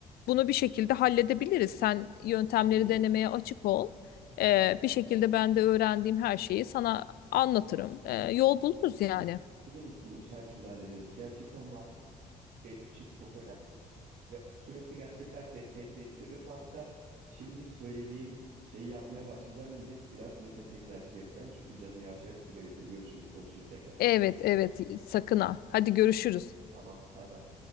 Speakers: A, on the left (about 65°); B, on the right (about 65°).
A: bunu bir şekilde halledebiliriz. Sen yöntemleri
B: Çok teşekkür
A: denemeye
B: ederim.
A: açık ol. Eee,
B: Gerçekten
A: bir şekilde ben de öğrendiğim her şeyi sana anlatırım. Eee,
B: evet.
A: yol buluruz yani.
B: Buluruz buluruz her türlü hallederiz. Gerçekten var. benim için çok önemli. Ve bu süreçte gerçekten desteğini de hissediyorum. Hatta şimdi söylediğin şeyi yapmaya başlayacağım. Gidip biraz nefes egzersizi yapacağım. Çünkü canım yavaş yavaş sigara istedi. Görüşürüz, konuşuruz tekrar.
A: Evet, evet, sakın ha. Hadi görüşürüz.
B: Tamam, bay bay.